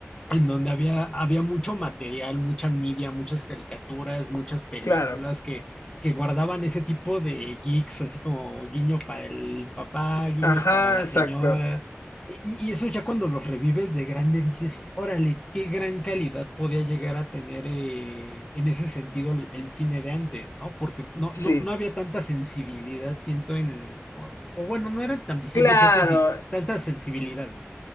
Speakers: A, on the left (about 15°); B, on the left (about 80°).
A: en donde había, había mucho material, mucha media, muchas caricaturas, muchas películas
B: Claro.
A: que, que guardaban ese tipo de geeks, así como guiño para el papá, guiño
B: Ajá,
A: para la
B: exacto.
A: señora. Y, y eso ya cuando los revives de grande dices, órale, qué gran calidad podía llegar a tener eh, en ese sentido el, el cine de antes, ¿no? Porque no,
B: Sí.
A: no, no había tanta sensibilidad, siento, en... O, o bueno, no eran tan visibles
B: Claro,
A: ciertas vis- tantas sensibilidades.